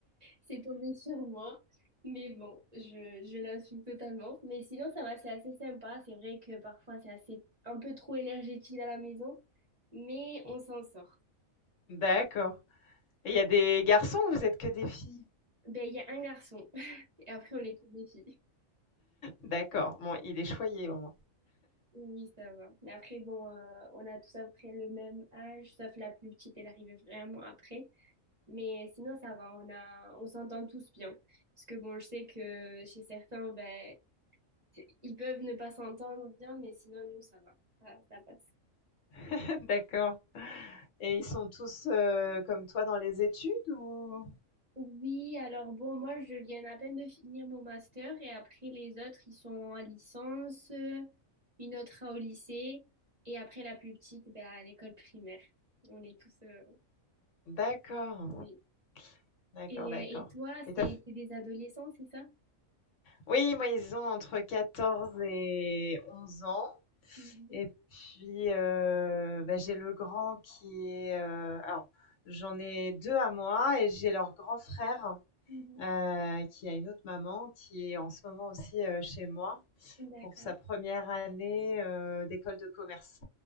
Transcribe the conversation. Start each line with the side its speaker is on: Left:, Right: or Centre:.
Right: c'est tombé sur moi. Mais bon, je, je l'assume totalement. Mais sinon, ça va, c'est assez sympa. C'est vrai que parfois, c'est assez un peu trop énergétique à la maison, mais on s'en sort.
Left: D'accord et il y a des garçons ou vous êtes que des filles?
Right: Ben, il y a un garçon, <laughs> et après, on est toutes des filles.
Left: D'accord, bon il est choyé au moins.
Right: Oui, ça va. Mais après, bon, euh, on a tous à peu près le même âge, sauf la plus petite, elle arrivait vraiment après. Mais sinon, ça va, on a, on s'entend tous bien. Parce que bon, je sais que chez certains, ben, c'est- ils peuvent ne pas s'entendre bien, mais sinon, nous, ça va. Ça, ça passe.
Left: <laughs> D'accord et ils sont tous, heu, comme toi dans les études ou?
Right: Oui, alors bon, moi, je viens à peine de finir mon master et après, les autres, ils sont en licence, euh, une autre au lycée et après, la plus petite, ben, à l'école primaire. On est tous, euh,
Left: D'accord.
Right: oui.
Left: D'accord,
Right: Et,
Left: d'accord.
Right: et toi,
Left: Et t'as
Right: c'est c'est des adolescents, c'est ça?
Left: oui, moi, ils ont entre 14 et 11 ans.
Right: Mhm,
Left: Et puis, heu, bah, j'ai le grand qui est, heu alors, j'en ai 2 à moi et j'ai leur grand frère,
Right: mhm.
Left: heu, qui a une autre maman, qui est en ce moment aussi, heu, chez moi
Right: D'accord.
Left: pour sa première année, heu, d'école de commerce.